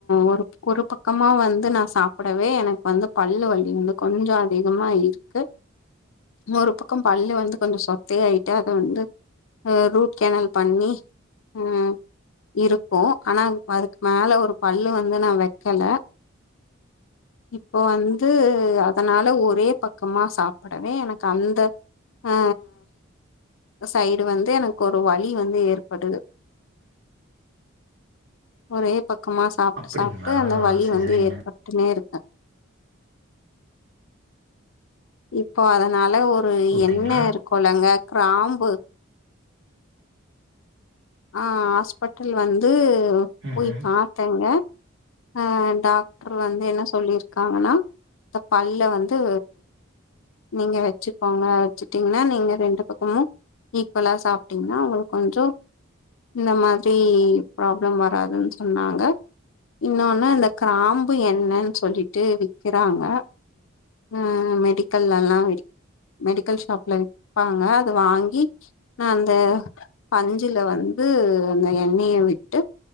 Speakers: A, on the left (about 70°); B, on the right (about 60°).
A: ஒர் ஒரு பக்கமா வந்து நா சாப்டவே எனக்கு வந்து பல்லு வலி வந்து கொஞ்சோ அதிகமா இருக்கு ஒரு பக்கொம் பள்ளு வந்து கொஞ்சோ சொத்தையாட் டங்க வந்து ஆ ரூட் கேனல் பண்ணி உம் இருக்கு ஆனா துக் அதுக் மேல ஒரு பல்லு வந்து நா வைக்கல இப்போ வந்து அதனால ஒரே பக்கமா சாப்டவே எனக்கு அந்த ஆ ஆ சைடு வந்து எனக்கு ஒரு வலி வந்து ஏற்படுது ஒரே பக்கமா சாப்ட்டு
B: அப்டிங்களா?
A: சாப்ட்டு அந்த வலி
B: சரி
A: வந்து
B: சரிங்க.
A: ஏற்பட்ன்னே இருக்கு இப்போ அதனால ஒரு
B: ஓகேங்களா?
A: எண்ண இருக்குலங்க கிராம்பு ஆ ஹாஸ்பிட்டல் வந்து
B: ம்ஹ்ம்.
A: போய் பாத்தேங்க ஆ டாக்டர் வந்து என்ன சொல்லியிருக்காங்கன்னா இந்த பல்ல வந்து நீங்க வச்சுக்கோங்க வச்சுட்டீங்கன்னா நீங்க ரெண்டு பக்கமு ஈக்குவலா சாப்ட்டீங்கன்னா உங்களுக்கு கொஞ்சோ இந்த மாரி பிராப்ளம் வராதுன்னு சொன்னாங்க இன்னொன்னு இந்த காம்பு எண்ணனு சொல்லிட்டு விக்கிறாங்க உம் மெடிக்கல்லல்லா விக் மெடிக்கல் ஷாப்ல விப்பாங்க அது வாங்கி அந்த பஞ்சுல வந்து து அந்த எண்ணெய விட்டு